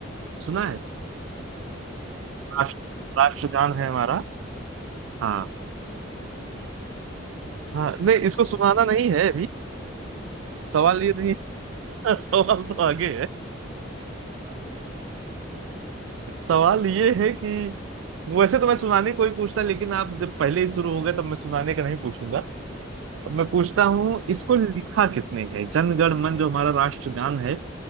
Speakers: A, on the right (about 75°); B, on the right (about 30°).
A: सुना है
B: जी हाँ जनगण नायक जय
A: राष्ट्र
B: हे भारत भाग्य
A: राष्ट्रगान
B: विधाता
A: है हमारा हाँ
B: पंजाब सिंध गुजरात उत्तराखंड ग्रामीण उत्कल
A: हाँ
B: बंग
A: नहीं
B: विंध्य हिमाचल
A: इसको सुनाना
B: यमुना
A: नहीं
B: गंगा
A: है अभी
B: हाँ हाँ हाँ
A: सवाल
B: जी
A: ये
B: बताइए
A: नहीं <laughs>
B: बताइए
A: सवाल तो आगे
B: सवाल
A: है
B: <laughs> सवाल क्या है भाई
A: सवाल ये है कि वैसे तो मैं सुनाने कोई पूछता लेकिन आप जब पहले ही शुरू हो गए तब मैं सुनाने का नहीं पूछूंगा अब मैं पूछता हूँ
B: जी हाँ
A: इसको
B: जी
A: लिखा
B: हाँ।
A: किसने है जनगण मन जो हमारा राष्ट्रगान है